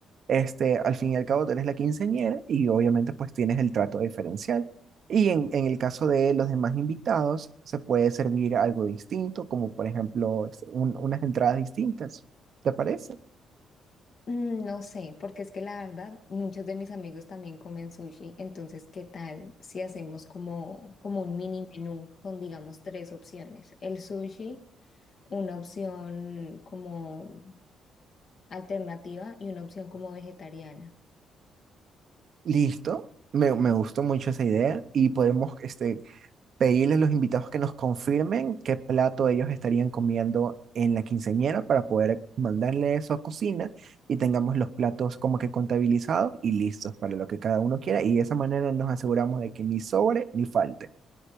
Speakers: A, on the right; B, on the left.
A: Este, al fin y al cabo, tú eres la quinceañera y obviamente pues tienes el trato diferencial. Y en, en el caso de los demás invitados, se puede servir algo distinto, como por ejemplo este, un- unas entradas distintas. ¿Te parece?
B: Mm, No sé, porque es que la verdad, muchos de mis amigos también comen sushi, entonces, ¿qué tal si hacemos como, como un mini menú con, digamos, tres opciones? El sushi, una opción como alternativa y una opción como vegetariana.
A: Listo, me, me gustó mucho esa idea y podemos este, pedirles a los invitados que nos confirmen qué plato ellos estarían comiendo en la quinceañera para poder mandarle eso a cocina y tengamos los platos como que contabilizados y listos para lo que cada uno quiera y de esa manera nos aseguramos de que ni sobre ni falte.